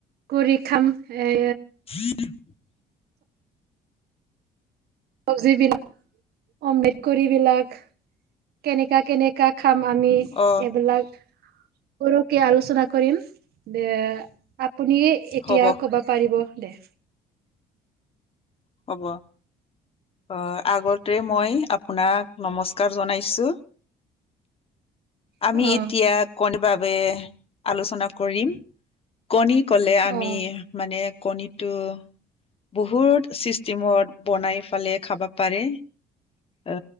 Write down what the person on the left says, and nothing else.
<unintelligible>
অ
হ'ব
হ'ব অ আগতে মই আপোনাক নমস্কাৰ জনাইছোঁ। আমি
এতিয়া কোন বাবে আলোচনা কৰিম কণী কলে আমি
মানে কণীটো বহুত চিষ্টেমত বনাই ফালে খাব পাৰে। অ